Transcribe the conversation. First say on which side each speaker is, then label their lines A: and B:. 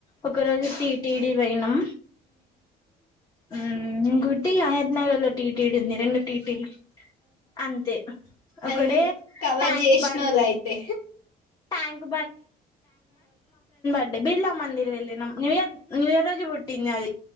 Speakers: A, on the left; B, on the left.
A: ఒకరోజు తిటీ అడి పోయినం హు కోటి హయత్ నగర్ లో టీటీ డి ఉంది రెండు టి టి అంతే ఒక్కడే
B: అన్ని కవర్
A: ట్యాంక్
B: చేసిన
A: బండ్
B: వాళ్ళు అయితే
A: ట్యాంక్ అంటే బిళ్ళ మందిర వెళ్ళినం న్యూ ఇయర్ న్యూ ఇయర్ రోజే పూటు పుట్టింది అది